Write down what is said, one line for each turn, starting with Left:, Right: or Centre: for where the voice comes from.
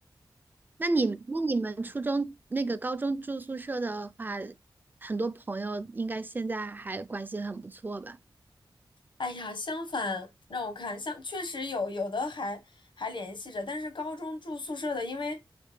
Right: 那你那你们初中那个高中住宿舍的话，很多朋友应该现在还关系很不错吧？
Left: 哎呀，相反，让我看，像确实有有的还还联系着，但是高中住宿舍的，因为